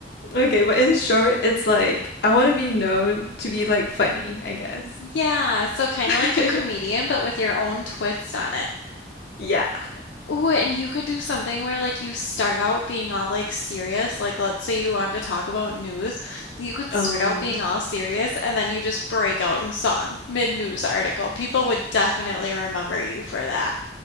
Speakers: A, on the left; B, on the left.
A: Okay, but in short, it's like I want to be known to be like funny, I guess.
B: Yeah, so kind
A: <laughs>
B: of like a comedian, but with your own twist on it.
A: Yeah.
B: Ooh, and you could do something where like you start out being all like serious, like let's say you wanted to talk about news, you could
A: Oh.
B: start out being all serious and then you just break out in song mid-news article. People would definitely remember you for that.